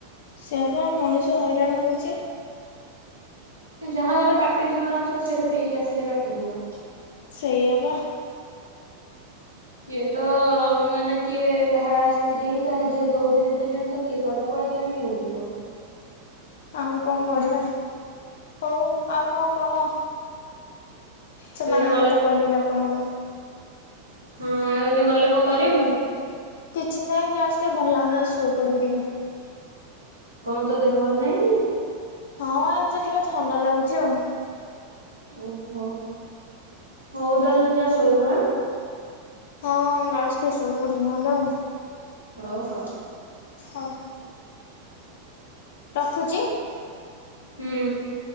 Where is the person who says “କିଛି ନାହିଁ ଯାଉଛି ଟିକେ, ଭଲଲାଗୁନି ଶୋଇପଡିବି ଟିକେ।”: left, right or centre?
Left